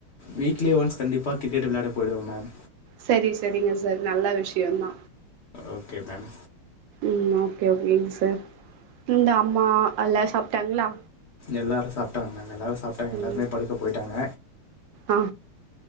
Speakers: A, on the left; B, on the right.
A: வீக்லி ஒன்ஸ் கண்டிப்பா கிரிக்கெட் வெளையாட போயிடுவே மேம்
B: சரி சரிங்க சார் நல்ல விஷயோந்தா
A: ஓகே மேம்
B: ம் ஓகே ஓகேங்க சார் இந்த அம்மா அல்லா சாப்ட்டாங்களா
A: எல்லாரு சாப்பிட்டாங்க மேம் எல்லாரு சா ப்ட்டாங்க
B: ம்
A: எல்லோருமே படுக்கப் போய்டாங்க
B: ஆ